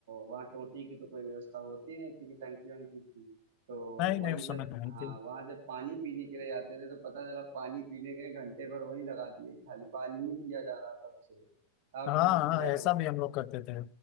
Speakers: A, on the right; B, on the left.
A: वहाँ टोटी की तो कोई व्यवस्था होती नहीं थी कि टंकी वंकी थी तो
B: नहीं नहीं
A: वहीं
B: उस समय
A: जब
B: तो नहीं
A: हाँ
B: थी
A: वहाँ जब पानी पीने के लिए जाते थे तो पता चला पानी पीने गए घंटे भर वहीं लगा दिए खाली पानी ही पिया जा रहा तब से आपने
B: हाँ
A: भी किया
B: हाँ
A: होगा
B: ऐसा भी हम लोग करते थे